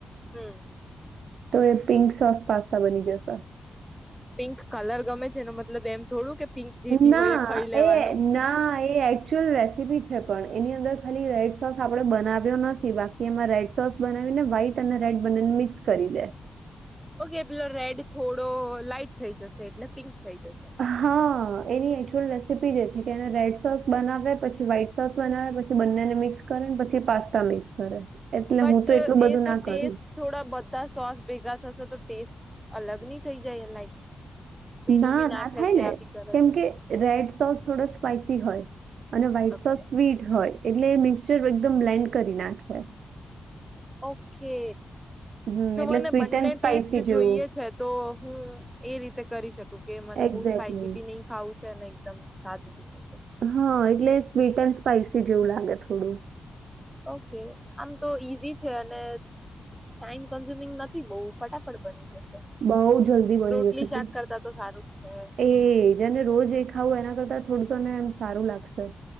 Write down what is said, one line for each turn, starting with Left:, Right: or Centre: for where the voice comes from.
Centre: હમ્મ.
Right: તો એ પિંક સોસ પાસ્તા બની જશે.
Centre: પિંક કલર ગમે છે એનો મતલબ એમ થોડું કે પિંક જે ભી
Right: ના
Centre: હોય એ ખાઈ લેવાનું
Right: એ ના એ એકચુઅલ રેસીપી છે પણ એની અંદર ખાલી રેડ સોસ આપડે બનાવ્યો નથી બા કી એમાં રેડ સોસ બનાવીને વ્હાઈટ અને રેડ બંનેને મિક્સ કરી દે.
Centre: ઓકે પેલો રેડ થોડો લાઈટ થઈ જશે એટલે પિંક થઈ જશે.
Right: હા એની એચુઅલ રેસીપી જ એ છે કે એને રેડ સોસ બનાવે પછી વ્હાઈટ સોસ બનાવે પછી બંનેને મિક્સ કરે ને પછી પાસ્તા મિક્સ કરે. એટલે
Centre: બટ
Right: હું તો એટલું બધું
Centre: એ તો
Right: ના
Centre: ટેસ્ટ
Right: કરું.
Centre: થોડા બધા સોસ ભેગા થશે તો ટેસ્ટ અલગની થઈ જાય લાઈક પેલું
Right: ના
Centre: બી નાખે
Right: ના થાય
Centre: છે
Right: ને
Centre: આ બી કરે
Right: કેમ
Centre: છે
Right: કે રેડ સોસ થોડો સ્પાઈસી હોય અને white
Centre: okay.
Right: Sauce sweet હોય એટલે મિક્સચર એકદમ બ્લેન્ડ કરી નાખે.
Centre: ઓકે,
Right: હમ
Centre: જો
Right: એટલે
Centre: મને
Right: સ્વીટ
Centre: બંને
Right: એન્ડ સ્પાઈસી
Centre: ટેસ્ટ
Right: જેવું
Centre: જોઈએ છે તો હું એ રીતે કરી શકું કે મને
Right: એક્ઝેક્ટલી
Centre: બઉ સ્પાઈસી બી નહી ખાવું છે અને એકદમ સાદું બી ન <unintelligible>
Right: હા, એટલે સ્વીટ એન્ડ સ્પાઈસી જેવું લાગે થોડું
Centre: ઓકે, આમ તો ઈઝી છે અને ટાઈમ કન્ઝ્યુમિંગ નથી બોવ ફટાફટ બની જશે.
Right: બહુ જલ્દી બની
Centre: રોટલી
Right: જશે
Centre: શાક
Right: તું
Centre: કરતા તો સારું જ છે.
Right: એ જેને રોજ એ ખાવું એના કરતા થોડું તને એમ સારું લાગશે.